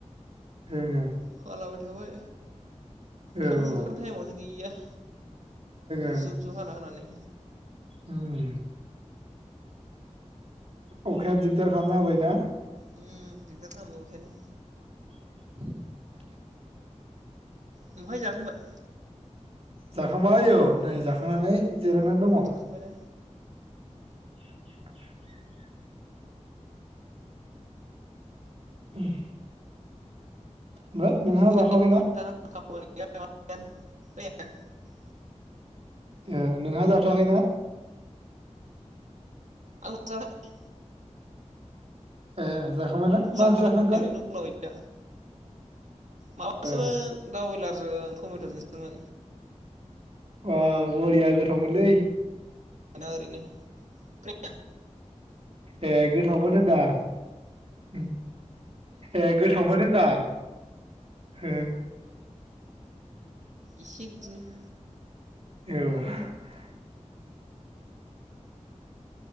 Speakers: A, on the right (about 55°); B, on the right (about 75°).
A: <unintelligible>
B: हालाबाय थाबाय।
A: औ
B: थांनो ओंखारनाय
A: ओं
B: टाइमावसो गैया।
A: ओं
B: जुब जुब हाना होनानै
A: उम अखाया दिगदार खालामना होबायना?
B: उम दिगदार खालामदो अखायानो
A: <inaudible>
B: <unintelligible> जाखांबाय
A: जाखां बाय औ नै
B: उम
A: जाखांनानै जिरायनानै दङ।
B: जाखांबायना
A: <inaudible> <unintelligible> ओमफ्राय नोंहा
B: ओरैनो
A: जाथ'वाखैना?
B: थाबाय <unintelligible>
A: ओ नोंहा जाथ'वाखैना?
B: आं जाबाय।
A: ए जाख खांबायना
B: जानानै
A: मांख्रि जाखांखो?
B: ओरैनो दंलाबायो दा माबासोमोन
A: ओ
B: दाव‌ बयलार जों टमेटजोंसोमोन।
A: बाव बरिया गोथावमोनलै।
B: दा‌ ओरैनो खोनाया
A: ए गोथावमोन होनदां। ओम ए गोथावमोन होनदां। ओं
B: इसे बिदिनो
A: औ